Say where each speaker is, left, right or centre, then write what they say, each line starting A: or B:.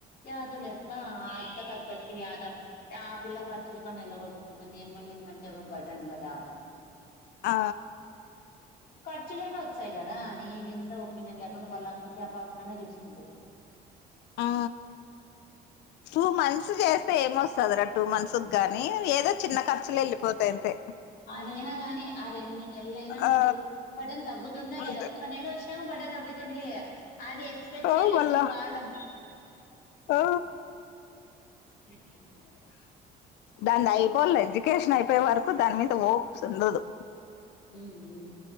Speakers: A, on the left; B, on the left.
A: యాదో లే అక్క ఆ ఇక్క తగ్గట్టుకు యాదో ఆ పిల్ల ఖర్చులు కొన్ని ఎల్లగొట్టుకుంటుంది ఏమంనిందంటే ఏమో బడన్ కదా
B: ఆ
A: ఖచ్చులయిన వచ్చాయి కదా నీ మీంద ఒపీనియన్ లేకుండా వాళ్ళక్క యా పాప కన్నా చూసుకుంటది
B: ఆ టూ మంత్స్ చేస్తే ఏమొస్తదిరా టూ మంత్సకు గా నీ ఏదో చిన్న ఖర్చులు వెళ్ళిపోతాయి అంతే
A: నేనేగానీ అదేమీ నెలైనా నీకి
B: ఆ
A: బటన్ తగ్గుతుందా
B: అంతే
A: లేదా ఒక నెల వచిన బటన్ తగ్గుతు తుంది అది ఎక్స్పెక్ట్
B: ఆ
A: చేయాలి
B: మళ్ళా
A: ఇప్పుడు కాలం
B: ఆ
A: హు హు
B: దాంది అయిపోద్ లే ఎడ్యుకేషన్ అయిపోయే వరకు దాని మీద ఓప్స్ ఉండదు
A: హుమ్ హు